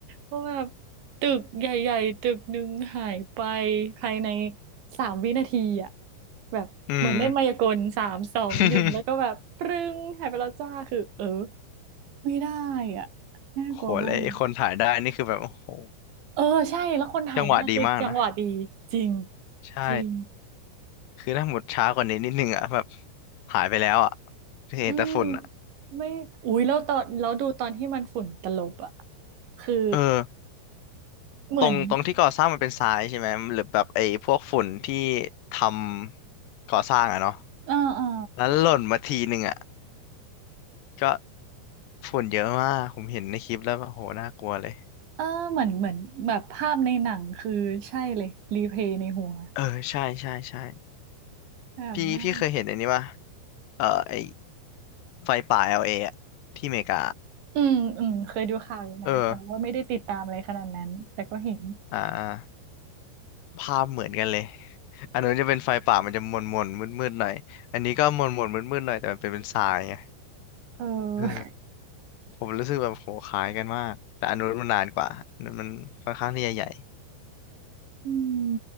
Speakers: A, on the right; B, on the left.
A: ว่าแบบตึกใหญ่ๆตึกหนึ่งหายไปภายในสามวินาทีอ่ะ แบบเหมือนเล่นมายากลสามสองหนึ่งแล้วก็แบบปรึ้งหายไปแล้วจ้าคือเออ
B: อืม <laughs>
A: ไม่ได้อ่ะน่ากลัวมาก
B: โหแล้วไอ้คนถ่ายได้นี่คือแบบโอ้โห
A: เออใช่แล้วคนถ่ายได้คือจังหวะดีจริง
B: จังหวะดีมากนะใช่
A: จริง
B: คือถ้าหมดช้ากว่านี้นิดนึงอะแบบหายไปแล้วอะเห็นแต่ฝุ่นอะ
A: อืมไม่อุ้ยแล้วตอนแล้วดูตอนที่มันฝุ่นตลบอ่ะคือ
B: เออ
A: เหมือน
B: ตรงตรงที่ก่อสร้างมันเป็นทรายใช่ไหมหรือแบบไอ้พวกฝุ่นที่ทำก่อสร้างอะเนาะ
A: เออเออ
B: แล้วหล่นมาทีหนึ่งอะก็ ฝุ่นเยอะมากผมเห็นในคลิปแล้วแบบโหน่ากลัวเลย
A: เออเหมือนเหมือนแบบภาพในหนังคือใช่เลยรีเพย์ในหัว
B: เออใช่ใช่ใช่
A: แบบนั้น
B: พี่พี่เคยเห็นอันนี้ป่ะเออไอไฟป่า LA อลเออะที่อเมริกา
A: อืมอืมเคยดูข่าวอยู่นะแต่ว่าไม่ได้ติดตามอะไรขนาดนั้นแต่ก็เห็น
B: เอออ่าภาพเหมือนกันเลยอันนู้นจะเป็นไฟป่ามันจะมนมนมืดมืดๆหน่อยอันนี้ก็มนมนมืดมืดๆหน่อยแต่มันเป็นเป็นทรายไง
A: เออ
B: เออผมรู้สึกแบบโหคล้ายกันมากแต่อันนู้นมันนานกว่าอันนู้นมันค่อนข้างที่จะใหญ่
A: <laughs> อืม